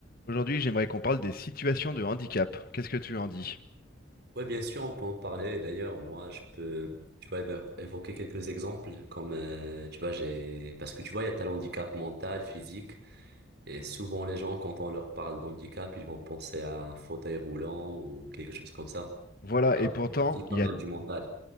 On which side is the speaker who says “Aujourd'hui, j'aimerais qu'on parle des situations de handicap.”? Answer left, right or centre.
Left